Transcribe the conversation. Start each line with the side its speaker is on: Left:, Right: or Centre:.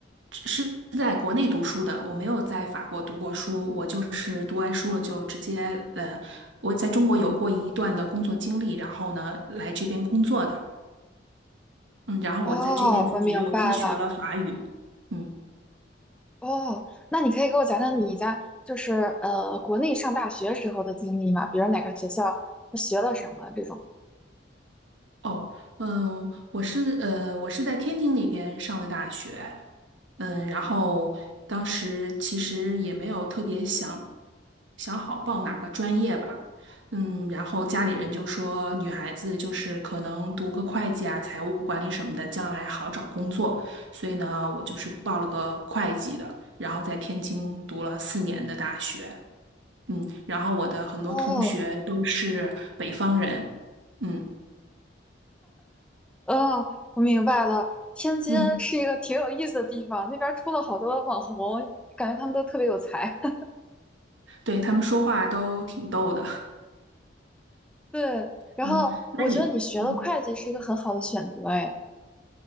Right: 是在国内读书的，我没有在法国读过书，我就是读完书了就直接，呃，我在中国有过一段的工作经历，然后呢，来这边工作的，嗯，然后我在这边自己又自学了法语，
Centre: 哦，我明白了。
Right: 嗯。
Centre: 哦，那你可以给我讲讲你在就是呃国内上大学时候的经历吗？比如哪个学校学了什么这种？
Right: 哦，嗯，我是呃，我是在天津那边上的大学，嗯，然后当时其实也没有特别想想好报哪个专业吧，嗯，然后家里人就说女孩子就是可能读个会计啊、财务管理什么的，将来好找工作，所以呢，我就是报了个会计的，然后在天津读了四年的大学，嗯，然后我的很多同学都是北方人，
Centre: 哦，
Right: 嗯
Centre: 哦，我明白了。天津是一个挺有意思的地方，
Right: 嗯。
Centre: 那边儿出了好多网红，感觉他们都特别有才。<laughs>
Right: 对，他们说话都挺逗的。
Centre: 对，然后我觉得你学了会计是一个很好的选择，
Right: 嗯 <laughs>，那你，嗯
Centre: 哎，